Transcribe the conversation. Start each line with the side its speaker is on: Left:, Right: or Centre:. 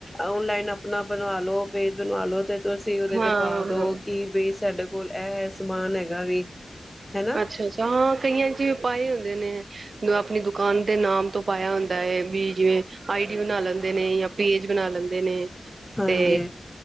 Centre: ਔਨਲਾਈਨ - ਆਪਣਾ ਬਣਾ ਲਓ। ਪੇਜ ਬਣਵਾ ਲੋ ਤੇ ਤੁਸੀਂ ਉਹਦੇ
Right: ਹਾਂ
Centre: ਤੇ ਪਾ ਦੋ ਕਿ ਬੇ ਸਡ ਕੋਲ ਐ ਸਮਾਨ ਹੈਗਾ ਵੀ। ਹਨਾ
Right: ਅੱਛਾ ਅੱਛਾ ਹਾਂ ਕਈਆਂ ਚਪਏ ਹੁੰਦੇ ਨੇ ਆਪਣੀ ਦੁਕਾਨ ਦੇ ਨਾਮ ਤੋਂ ਪਾਇਆ। ਵੀ ਜਿਵੇਂ ਆਈਡੀ ਬਣਾ ਲੈਂਦੇ ਨੇ ਜਾਂ ਪੇਜ ਬਣਾ ਲੈਂਦੇ ਨੇ
Centre: ਹਾਂਜੀ
Right: ਤੇ